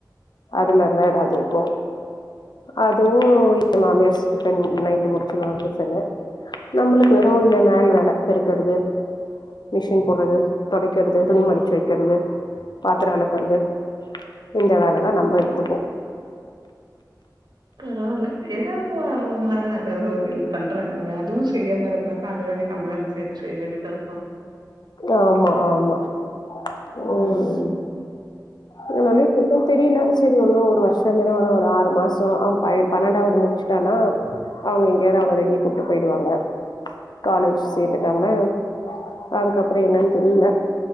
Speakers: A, on the left; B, on the right.
A: அதுமாதிரிதா ஏதாவது இருக்கு அதுவும் எ மாமியாரு டிஃபன் நைட்டு முடிச்சிருவாங்க டிஃபன்னு நம்புளுக்கு வெறு இந்த மேல் வேல பெருக்கறது மிஷின் போட்றது தொடைக்கறது துணி மடிச்சு வைக்கறது பாத்தரோ வெலக்கறது இந்த வேலல்லா நம்ப
B: ம்
A: எடுத்துப்போ
B: பரவால்ல ஏதாவது அவங்களாது அதாவது ஒரு ஹல்ப் பண்றாங்களே அதுவு செய்யாம இருந்தா அந்த வேலையு நம்பளானு சேத்து செய்வேண்டித்தா இருக்கு
A: ஆமா ஆமா உம்
B: ம் ம்
A: அதனால இப்ப வரைக்கு தெரியல சரி ஒன்னு ஒரு வர்ஷோந்தான வரும் ஒரு ஆறு மாசோ அ பைய பன்னெண்டாவது முடிச் ட்டனா அவங்க எங்கியாவது அவன வெளியே கூட்டு போயிடுவாங்க காலேஜ் சேத்துட்டாங்னா அதுக்கப்புறோ என்னன்னு தெரியல